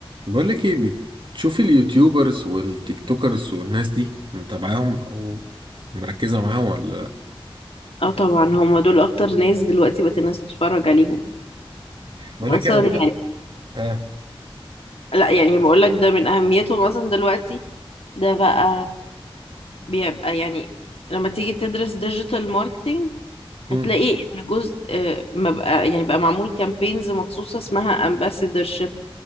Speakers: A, on the right; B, on the left.
A: بقول لك ايه بتشوفي اليوتيوبرز والتيك توكرز والناس دي متابعاهم او مركزه معاهم ولا لا
B: اه طبعا هما دول اكتر ناس دلوقتي بقت الناس تتفرج عليهم
A: بقول
B: اصلا
A: لك اه
B: يعني
A: اه,
B: لا يعني بقول لك ده من اهميته مثلا دلوقتي ده بقى بيبقى يعني لما تيجي تدرس ديجيتال ماركتينج هتلاقي
A: مم.
B: ان جزء آه، ما بقى يعني بقى معمول كامبينز مخصوصة اسمها ambassadorship